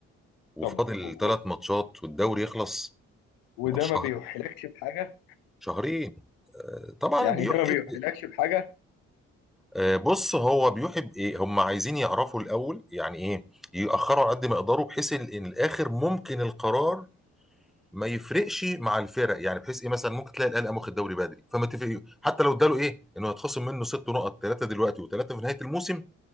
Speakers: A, in the centre; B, on the left (about 85°).
A: وفاضل
B: طب و... و...
A: ثلاث ماتشات والدوري يخلص
B: وده
A: ماتش
B: ما
A: شهر
B: بيوحلكش بحاجه
A: شهرين آه، طبعا
B: يعني
A: بيحب
B: ده ما بيوحلكش بحاجه
A: آه، بص هو بيحب ايه هم عايزين يعرفوا الاول يعني ايه يأخروا على قد ما يقدروا بحيث ال- ان الاخر ممكن القرار ما يفرقش مع الفرق يعني بحيث ايه مثلا ممكن تلاقي الاهلي قام واخد دوري بدري فما تفرق حتى لو اداله ايه انه هيتخصم منه ست نقط ثلاثه دلوقتي وثلاثه في نهايه الموسم